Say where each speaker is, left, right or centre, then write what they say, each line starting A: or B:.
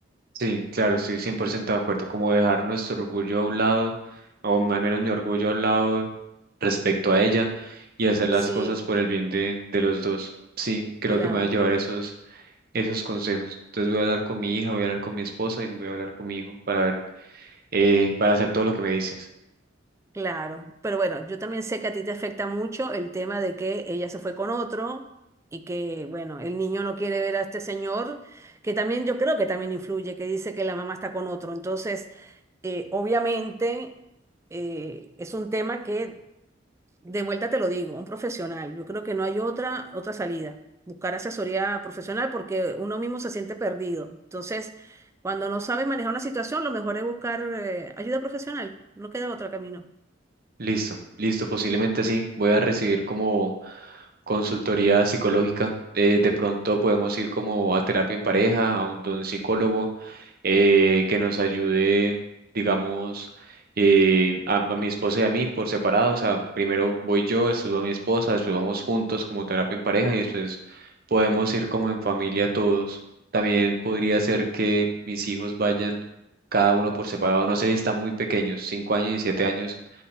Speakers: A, on the right; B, on the right.
A: Sí, claro, estoy 100% de acuerdo, como dejar nuestro orgullo a un lado, o al menos mi orgullo a un lado respecto a ella y hacer
B: Y
A: las
B: sí,
A: cosas por el bien de, de los dos. Sí, creo
B: claro.
A: que me voy a llevar esos, esos consejos. Entonces voy a hablar con mi hija, voy a hablar con mi esposa y voy a hablar con mi hijo para ver, eh, para hacer todo lo que me dices.
B: Claro, pero bueno, yo también sé que a ti te afecta mucho el tema de que ella se fue con otro y que, bueno, el niño no quiere ver a este señor, que también yo creo que también influye, que dice que la mamá está con otro. Entonces, eh, obviamente, eh, es un tema que, de vuelta te lo digo, un profesional. Yo creo que no hay otra, otra salida, buscar asesoría profesional porque uno mismo se siente perdido. Entonces, cuando no sabe manejar una situación, lo mejor es buscar, eh, ayuda profesional, no queda otro camino.
A: Listo, listo, posiblemente sí. Voy a recibir como consultoría psicológica. Eh, de pronto podemos ir como a terapia en pareja, a un, de un psicólogo eh, que nos ayude, digamos, eh, a, a mi esposa y a mí por separado. O sea, primero voy yo, después va mi esposa, después vamos juntos como terapia en pareja y después podemos ir como en familia todos. También podría ser que mis hijos vayan cada uno por separado. No sé si están muy pequeños, cinco años y siete años